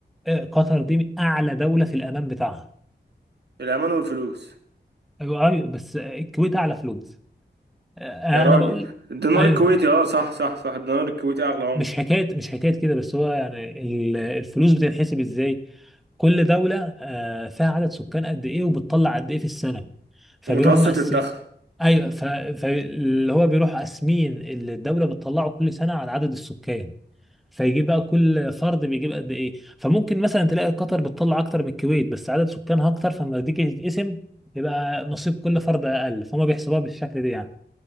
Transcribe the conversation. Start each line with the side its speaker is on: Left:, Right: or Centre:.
Centre: آه، قطر دي من اعلى دوله في الامان بتاعها
Right: الأمان والفلوس
Centre: ايوه أيوة، بس الكويت اعلى فلوس آه،
Right: يا راجل
Centre: انا بقول
Right: الدينار
Centre: ايوه
Right: الكويتي اه صح صح صح الدينار الكويتي أغلى عملة
Centre: مش حكايه مش حكايه كده بس هو يعني ال- الفلوس بتتحسب ازاي كل دوله آه، فيها عدد سكان قد ايه وبتطلع قد ايه في السنه فبيروحوا
Right: ومتوسط
Centre: مقسم
Right: الدخل
Centre: ايوه ف... فاللي هو بيروح قاسمين اللي الدوله بتطلعه كل سنه على عدد السكان فيجيب بقى كل فرد بيجيب قد ايه فممكن مثلا تلاقي قطر بتطلع اكتر من الكويت بس عدد سكانها اكتر فلما تيجي تتقسم يبقى نصيب كل فرد اقل فهم بيحسبوها بالشكل ده يعني